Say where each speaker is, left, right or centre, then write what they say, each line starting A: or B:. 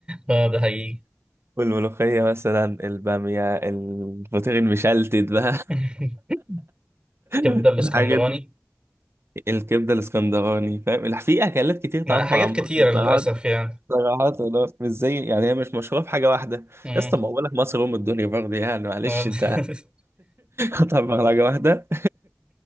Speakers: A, on the right; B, on the right.
A: اه ده حقيقي
B: <laughs> والملوخيه مثلا الباميه الفطير المشلتت بقى
A: <laughs> كبده
B: <laughs>
A: الاسكندراني
B: الحاجات دي الكبده الاسكندراني فاهم لا، في اكلات كتير تعبر
A: ما حاجات
B: عن مصر
A: كتيره للاسف
B: صراحه
A: يعني
B: صراحه والله، مش زي يعني هي مش مشهوره في حاجه واحده
A: مم.
B: يا اسطى ما بقول لك مصر ام الدنيا برضه يعني معلش
A: آه.
B: انت
A: <laughs>
B: <laughs> قطع مهرجة واحدة